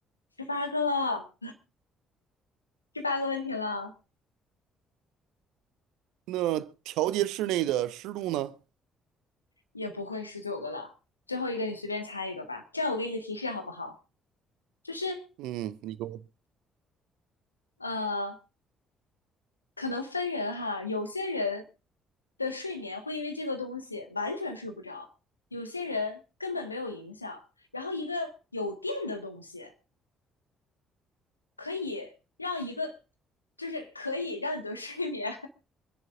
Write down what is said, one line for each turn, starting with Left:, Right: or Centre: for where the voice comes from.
Left: 十八个了，十八个问题了，
Right: 那调节室内的湿度呢？
Left: 也不会十九个了。最后一个你随便猜一个吧，这样我给你个提示好不好？就是
Right: 嗯，你给我，
Left: 呃，可能分人哈，有些人的睡眠会因为这个东西完全睡不着，有些人根本没有影响。然后一个有电的东西可以让一个，就是可以让你的 <laughs> 睡眠，